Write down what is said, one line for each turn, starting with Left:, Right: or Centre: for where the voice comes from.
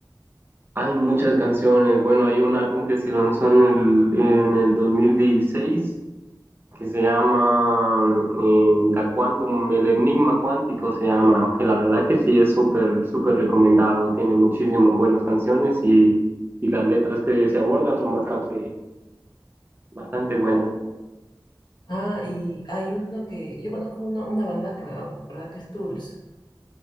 Right: Hay muchas canciones. Bueno, hay un álbum que se lanzó en el, en el 2016 que se llama eh, Da Quantum, El Enigma Cuántico se llama, que la verdad que sí es súper, súper recomendado. Tiene muchísimas buenas canciones y, y las letras que se abordan son bastante, bastante buenas.
Left: Ah, y hay uno que. Yo conozco una, una banda que me acabo de acordar que es Tools,